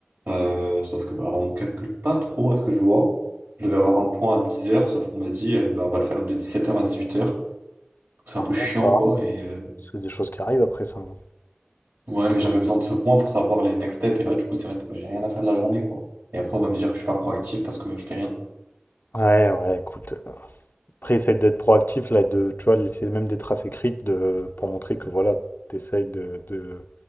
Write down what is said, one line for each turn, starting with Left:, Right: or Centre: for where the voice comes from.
Right: Euh, sauf que bah on ne calcule pas trop à ce que je vois. Je devais avoir un point à dix heures sauf qu'on m'a dit euh, bah, on va le faire de dix-sept heures à dix-huit heures C'est
Left: Ah
Right: un peu chiant,
Left: ouais, ça arrive.
Right: quoi. Et euh,
Left: C'est des choses qui arrivent après ça. hein.
Right: ouais, mais j'avais besoin de ce point pour savoir les next steps. Et là, du coup, c'est vrai que bah, j'ai rien à faire de la journée, quoi. Et après, on va me dire que je suis pas proactif parce que je fais rien.
Left: Ouais, ouais, écoute. Après, essaye d'être proactif, là, et de, tu vois, laisser même des traces écrites de, pour montrer que, voilà, t'essayes de, de-